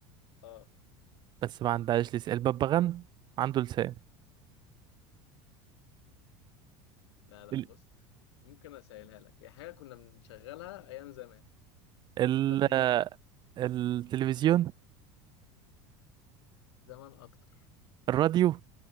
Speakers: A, on the left; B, on the right.
A: اه
B: بس ما عندهاش لسان الببغان عنده لسان
A: لا لا
B: ال...
A: بص ممكن اسهلها لك هي حاجه كنا بنشغلها ايام زمان
B: ال...
A: ولحد دلوقتي بنشغلها
B: التلفزيون
A: زمان اكتر
B: الراديو